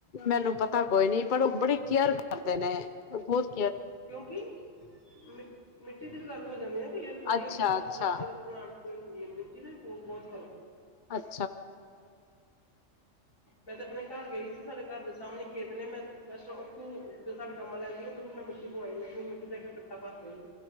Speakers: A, on the left; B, on the left.
A: ਮੈਂਨੂੰ ਪਤ ਉਹ ਤਾਂ ਕੋਈ ਨੀਂ ਪਰ ਉਹ ਬੜੀ ਕੇਅਰ ਕਰਦੇਂ ਨੇਂ। <unintelligible> ਹੋਰ। <unintelligible>
B: ਕਿਉਂਕਿ ਮਿਟ ਮਿੱਟੀ ਦੀ ਵੀ ਗੱਲ਼ ਹੋ ਜਾਂਦੀ ਹੈ। ਕਈਆਂ ਵਾਰ ਵਧੀਆਂ
A: ਅੱਛਾ,
B: ਮਿੱਟੀ।
A: ਅੱਛਾ,
B: ਜਿਸ ਤਰ੍ਹਾਂ ਅਲੱਗ ਪਲਾਂਟ ਦੀ ਹੁੰਦੀ ਐ ਨਾ ਮਿੱਟੀ ਦੇ। ਉਹ ਬਹੁਤ
A: ਅੱ
B: ਮੈਂ ਤੇ ਆਪਣੇ ਘਰ ਗਈਂ ਸੀ। ਸਾਡੇ ਘਰ ਦੇ ਸਾਹਮਣੇਂ ਖੇ ਮੈਂ ਜੇ ਸਾਡੇ <unintelligible> ਕੰਮਾਂ ਲੈਂਦੀਦੇ ਮਿੱਟੀ ਪਵਾਈ ਮਿੱਟੀ ਦਾ ਕੇ ਕੱਟਾ ਭਰ ਲਿਆਈ।